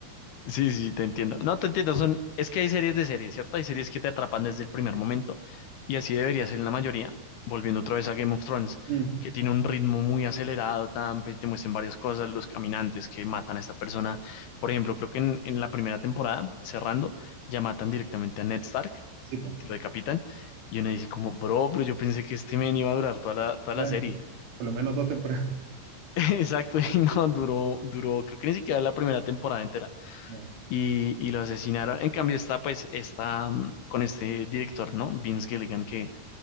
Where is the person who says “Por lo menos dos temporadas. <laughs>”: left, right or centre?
Right